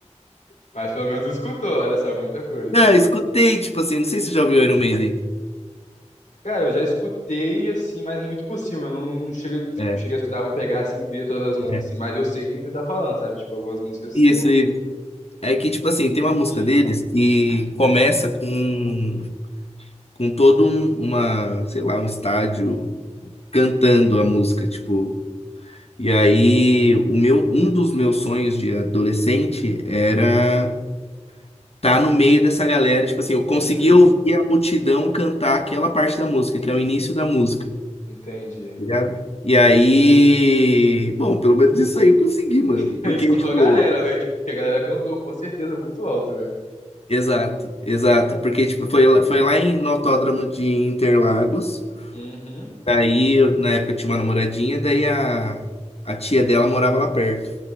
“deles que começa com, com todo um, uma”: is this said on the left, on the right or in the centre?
Left